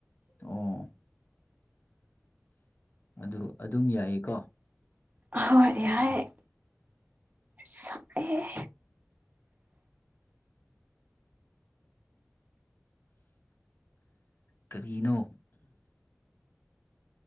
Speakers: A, on the left (about 45°); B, on the right (about 35°).
A: ꯑꯣ ꯑꯗꯨ ꯑꯗꯨꯝ ꯌꯥꯏꯌꯦꯀꯣ
B: ꯍꯣꯏ ꯑꯍꯣꯏ ꯏꯁ ꯁꯥꯏꯌꯦ
A: ꯀꯔꯤꯅꯣ